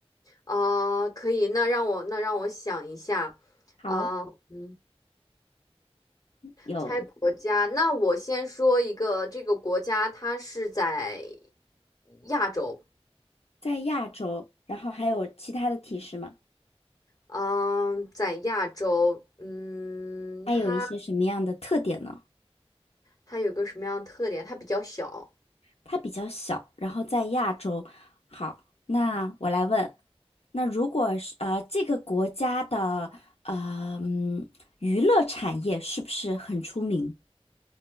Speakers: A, on the left; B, on the left.
A: 呃，可以，那让我那让我想一下，
B: 好，
A: 啊，嗯，
B: 有。
A: 猜国家，那我先说一个，这个国家它是在亚洲，
B: 在亚洲，然后还有其他的提示吗？
A: 嗯、在亚洲，嗯，
B: 它有一些什么样的特点呢？
A: 它它有个什么样的特点？它比较小，
B: 它比较小，然后在亚洲。好，那我来问，那如果是呃这个国家的呃嗯娱乐产业是不是很出名？